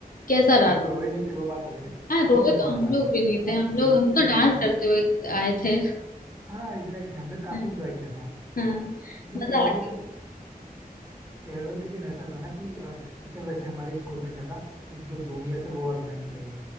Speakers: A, on the left; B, on the right.
A: कैसा
B: हम
A: रहा
B: लोग रोए नहीं थे वो बात अलग है
A: हाँ
B: काफी
A: रोए तो
B: मजेदार
A: हम
B: रहा
A: लोग
B: था
A: भी नहीं
B: मतलब
A: थे हम
B: ये
A: लोग
B: चीज
A: हम तो
B: ऐसा
A: डांस
B: था ना
A: करते हुए आए थे
B: हाँ एग्जैक्टली exactly, हमने भी काफी
A: <laughs>
B: इंजॉय किया था
A: हाँ
B: मतलब
A: मजा
B: फेयरवेल
A: आती
B: के फेयरवेल के दिन ऐसा था ना कि अ, जैसे वैसे हमारे स्कूल में क्या था कि जो जूनियर्स है वो ऑर्गेनाइज करेंगे